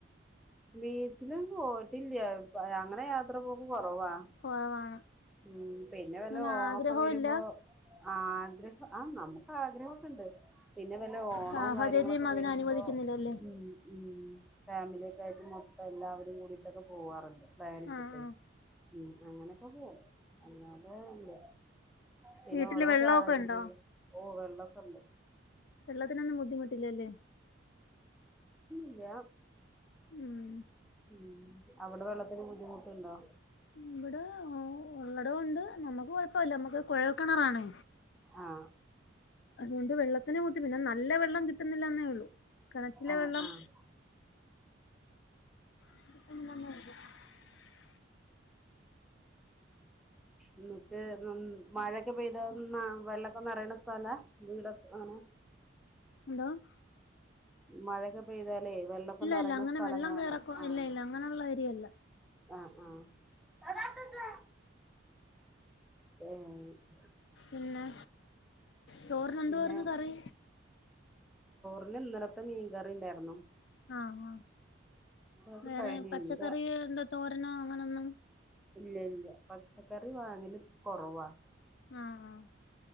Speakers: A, in the centre; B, on the left.
A: ബീച്ച്ലും പോയിട്ട് ഇല്ല പ്പ അങ്ങെനെ യാത്ര പോക്ക് കൊ റവാ
B: കൊറവാണ്
A: ഉം പിന്നെ വല്ല
B: അങ്ങനെ
A: ഓണം
B: ആഗ്രഹവും
A: ഒക്കെ വെരുമ്പോ
B: ഇല്ല
A: ആഗ്രഹം ആ നമുക്ക് ആഗ്രഹൊക്കെ ഇണ്ട് പിന്നെ വല്ല ഓണവും
B: സാഹചര്യം
A: കാര്യങ്ങളൊക്കെ
B: അതിന്
A: വെരുമ്പോ
B: അനുവദിക്കുന്നില്ലല്ലേ
A: ഉം ഉം ഫാമിലി ഒക്കെ അതായത് മൊത്തം എല്ലാവെരും കൂടിയിട്ടൊക്കെ പോവാറുണ്ട് പ്ലാൻ ഇട്ടിട്ടെയ്
B: ആഹ് ആഹ്
A: ഉം അങ്ങനെയൊക്കെ പോവും അല്ലാതെ ഇല്ല പിന്നെ
B: വീട്ടില്
A: ഓരോ
B: വെള്ളമൊക്കെ
A: സാഹചര്യങ്ങെൾ
B: ഉണ്ടോ
A: ഓ വെള്ളൊക്കെ ഇണ്ട്
B: വെള്ളത്തിനൊന്നും ബുദ്ധിമുട്ട് ഇല്ല അല്ലെ
A: ല്ലാ
B: ഉം
A: ഉം അവ്ടെ വെള്ളത്തിന് ബുദ്ധിമുട്ട് ഇണ്ടോ
B: ഇവ്ടെ ആവു ഉള്ളെടം ഉണ്ട് നമുക്ക് കൊഴ് പ്പയില്ല നമ്മെക്ക് കുഴെൽ കെണറാണേ
A: ആഹ്
B: അതുകൊണ്ട് വെള്ളത്തിന് ബുദ്ധി പിന്നെ നല്ല വെള്ളം കിട്ടുന്നില്ലാന്നെ ഒള്ളു കെണറ്റിലെ
A: ആഹ്
B: വെള്ളം
A: ആഹ്
B: <unintelligible>
A: ഇന്നെട്ട് ഉം മഴയൊക്കെ പെയ്താ ന്നാ വെള്ളൊക്കെ നെറയ്ണ സ്ഥലാ വീടൊക്കെ അങ്ങെനെ
B: എന്തോ -
A: മഴയൊക്കെ പെയ്താലേ വെള്ളൊക്കെ നിറയണ
B: ഇല്ല അങ്ങനെ
A: സ്ഥലങ്ങളാണോ
B: വെള്ളം കയറക്കോ
A: ആഹ്‌
B: ഇല്ല ഇല്ല അങ്ങനെയുള്ള ഏരിയല്ല
A: ആഹ്‌ ആഹ്‌ <unintelligible> <inaudible>
B: പിന്നെ ചോറിന് എന്തുവായിരുന്നു
A: പിന്നെ
B: കറി
A: ഇന്ന് ഇന്നലത്തെ മീൻകറിയുണ്ടായിരുന്നു.
B: ആ ആ
A: അത്
B: വേറെ
A: കഴിഞ്ഞു
B: പച്ചക്കറിയോ
A: ഇനി ഇല്ല
B: എന്തോ തോരനോ അങ്ങനൊന്നും
A: ഇല്ല ഇല്ല പച്ചക്കറി വാങ്ങലെ ഇപ്പം കുറവാ-
B: ആഹ്‌ ആഹ്‌